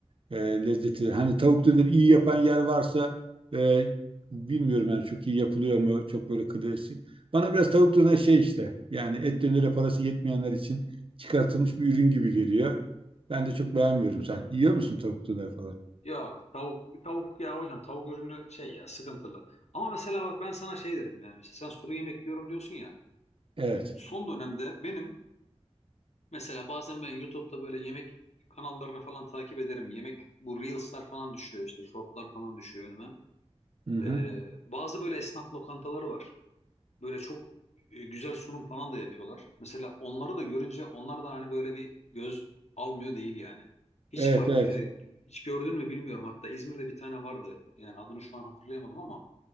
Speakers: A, on the right; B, on the left.
A: E, lezzeti. Hani tavuk döner iyi yapan yer varsa e, bilmiyorum yani çok iyi yapılıyor mu? Çok böyle klasik. Bana biraz tavuk döner şey işte. Yani et dönere parası yetmeyenler için çıkartılmış bir ürün gibi geliyor. Ben de çok beğenmiyorum. Sen yiyor musun tavuk döner falan?
B: Yok tavuk tavuk ya hocam tavuk ürünü şey ya sıkıntılı. Ama mesela bak ben sana şey derim yani mesela sen sulu yemek yiyorum diyorsun ya.
A: Evet.
B: Son dönemde benim mesela bazen ben YouTube'da böyle yemek kanallarını falan takip ederim. Yemek bu Reels'lar falan düşüyor işte shortlar falan düşüyor önüme.
A: Hı hı.
B: Ee, bazı böyle esnaf lokantaları var. Böyle çok e, güzel sunum falan da yapıyorlar. Mesela onları da görünce onlar da hani böyle bir göz almıyor değil yani. Hiç
A: Evet,
B: fark
A: evet.
B: e, hiç gördün mü bilmiyorum. Hatta İzmir'de bir tane vardı. Yani adını şu an hatırlayamadım ama